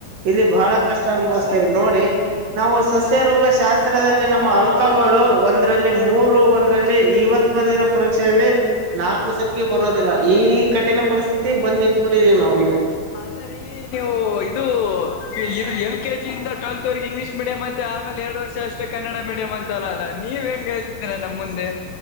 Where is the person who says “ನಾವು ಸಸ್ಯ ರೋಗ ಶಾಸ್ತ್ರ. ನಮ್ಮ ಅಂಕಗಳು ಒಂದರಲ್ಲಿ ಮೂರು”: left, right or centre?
Right